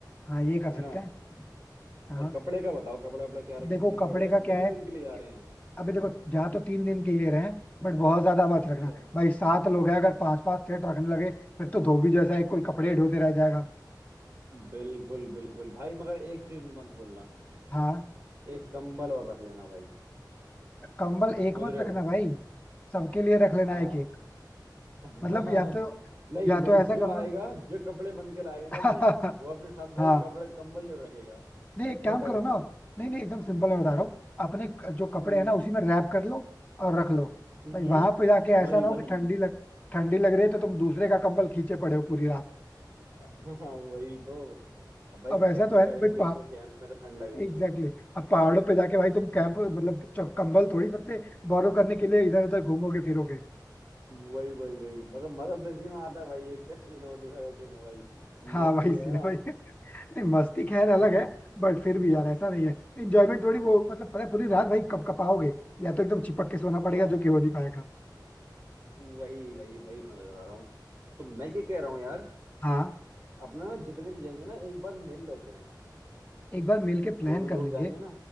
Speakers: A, on the left; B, on the right.
A: हाँ ये कर
B: है
A: सकते
B: ना
A: हैं हाँ
B: और कपड़े का बताओ कपड़े वपड़े क्या रहे
A: देखो
B: कितनी
A: कपड़े
B: जोड़ी रखें
A: का क्या
B: कितने
A: है
B: दिन के लिए जा
A: कि
B: रहे हैं
A: अभी देखो जा तो तीन दिन के लिए रहे हैं बट बहुत ज्यादा मत रखना
B: अच्छा
A: भाई सात लोग हैं अगर पांच पांच सेट रखने लगे फिर तो धोबी जैसा एक कोई कपड़े ढोते रह जाएगा
B: बिल्कुल बिल्कुल भाई मगर एक चीज मत भूलना
A: हाँ
B: एक कंबल और रख लेना भाई
A: कंबल एक
B: समझ
A: मत
B: रहे
A: रखना
B: हो
A: भाई सबके लिए रख लेना
B: हाँ
A: एक एक
B: <laughs>
A: मतलब या तो
B: नहीं
A: या
B: नहीं
A: तो ऐसा
B: जो
A: करो
B: आएगा
A: ना
B: जो कपड़े बन के लाएगा ना
A: <laughs>
B: अपने वो अपने साथ भाई
A: हाँ
B: कपड़े कंबल जरूर रखेगा
A: नहीं एक काम
B: छोटा
A: करो
B: कंबल
A: ना नहीं नहीं एकदम सिंपल मैं
B: हम्म
A: बता रहा हूँ अपने क- जो कपड़े
B: हम्म
A: हैं ना उसी में रैप कर लो और रख लो
B: हम्म
A: भाई वहां पे जाके ऐसा
B: वही
A: ना हो
B: वही
A: कि ठंडी लग ठंडी लग रही है तो तुम दूसरे का कंबल खींचे पड़े हो पूरी रात
B: <laughs> हाँ वही तो अब भाई
A: अब ऐसा
B: कैंप
A: तो है
B: करेंगे
A: नहीं भाई पहा
B: तो कैंप में तो ठंड लग
A: एग्जैक्टली
B: रही है
A: exactly. अब पहाड़ों पे जाके भाई तुम कैंप मतलब च- कंबल थोड़ी सबसे बोरो करने के लिए इधर उधर घूमोगे फिरोगे
B: वही वही वही मतलब मगर मजा तो इसी में आता है भाई एक का छीनो दूसरा का छीनो भाई
A: हाँ
B: मस्ती
A: <laughs> भाई इसीलिए
B: है ना
A: भाई नहीं मस्ती खैर
B: <laughs>
A: अलग है बट फिर भी यार ऐसा नहीं है इंजॉयमेंट थोड़ी वो मतलब पता है पूरी रात भाई कब कपाओगे या तो एकदम चिपक के सोना पड़ेगा
B: हाँ
A: जो कि हो नहीं पाएगा
B: वही वही वही मैं बता रहा हूँ तो मैं क्या कह रहा हूँ यार
A: हाँ
B: अपना ना जितने भी जाएंगे ना एक बार मिल लेते हैं
A: एक बार मिल के प्लान
B: जो भी
A: कर
B: लोग
A: लेंगे
B: जाएंगे ना